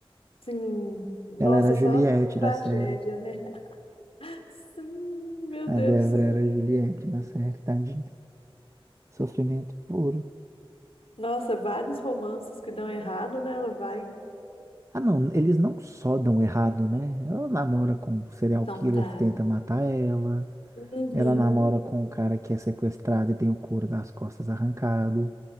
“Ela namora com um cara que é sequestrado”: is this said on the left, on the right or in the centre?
Right